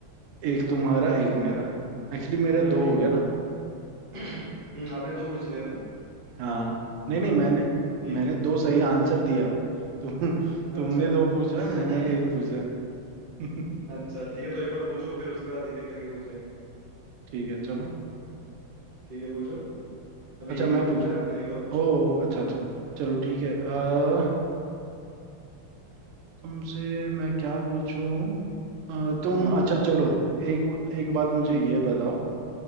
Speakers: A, on the right (about 85°); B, on the right (about 35°).
A: एक तुम्हारा
B: तो
A: एक
B: क्या
A: मेरा एक्चुअली मेरा
B: चलो
A: दो
B: ठीक
A: हो गया
B: है
A: ना
B: <clears throat> हम्म आपने दो पूछ लिया ना
A: हाँ नहीं नहीं मैंने
B: ठीक
A: मैंने
B: है
A: दो सही आंसर दिया तुम
B: अच्छा
A: तुमने दो पूछा
B: <laughs>
A: मैंने एक पूछा है। <laughs>
B: अच्छा ठीक है तो एक और पूछो फिर उसके बाद एक एक करके पूछेंगे
A: ठीक है चलो
B: ठीक है पूछो अभी
A: अच्छा
B: एक
A: मैं
B: ही तो पूछा
A: पूछ
B: है आपने एक और पूछो
A: ओ अच्छा
B: हाँ
A: अच्छा चलो ठीक है अ, तुमसे मैं क्या पूछूं अ, तुम
B: हम्म
A: अच्छा चलो एक एक बात मुझे
B: हम्म
A: ये बताओ